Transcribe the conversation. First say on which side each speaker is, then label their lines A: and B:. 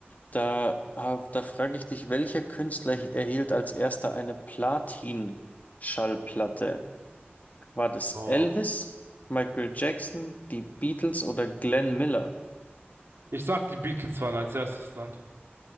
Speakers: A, on the left (about 40°); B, on the right (about 75°).
A: Da, hab- da frage ich dich, welcher Künstler erhielt als erster eine Platin-Schallplatte? War das
B: Oh.
A: Elvis, Michael Jackson, die Beatles oder Glenn Miller?
B: Ich sag, die Beatles waren als erstes dran.